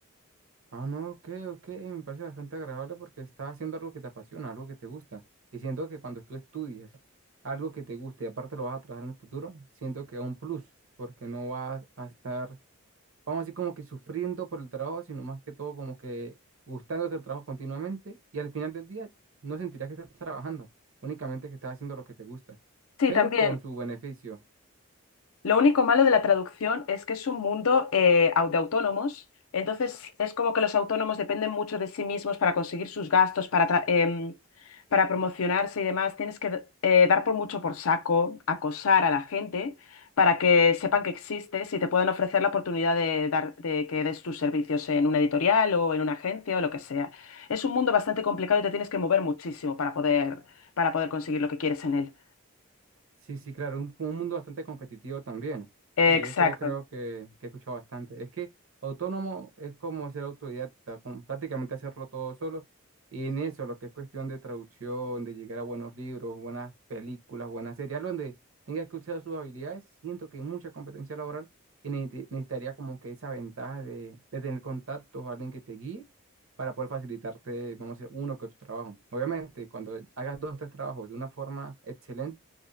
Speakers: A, on the right; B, on the left.
A: Ah, no, ok, ok, me parece bastante agradable porque estás haciendo algo que te apasiona, algo que te gusta. Y siento que cuando tú estudias algo que te guste y aparte lo vas a trabajar en el futuro, siento que es un plus, porque no vas a estar, vamos a decir, como que sufriendo por el trabajo, sino más que todo como que gustándote el trabajo continuamente y al final del día no sentirás que estás trabajando, únicamente que estás haciendo lo que te gusta,
B: Sí,
A: pero
B: también,
A: con su beneficio.
B: Lo único malo de la traducción es que es un mundo eh, au- de autónomos, entonces es como que los autónomos dependen mucho de sí mismos para conseguir sus gastos, para, tra- em, para promocionarse y demás. Tienes que eh, dar por mucho por saco, acosar a la gente para que sepan que existes y te puedan ofrecer la oportunidad de dar, de que des tus servicios en una editorial o en una agencia o lo que sea. Es un mundo bastante complicado y te tienes que mover muchísimo para poder, para poder conseguir lo que quieres en él.
A: Sí, sí, claro, un, un mundo bastante competitivo también.
B: Exacto.
A: De eso creo que, que he escuchado bastante. Es que autónomo es como ser autodidacta, como prácticamente hacerlo todo solo. Y en eso, lo que es cuestión de traducción, de llegar a buenos libros, buenas películas, buenas series, algo donde tengas que usar sus habilidades, siento que hay mucha competencia laboral y necesite- necesitaría como que esa ventaja de, de tener contactos o alguien que te guíe para poder facilitarte, vamos a decir, uno que otro trabajo. Obviamente, cuando hagas dos o tres trabajos de una forma excelente,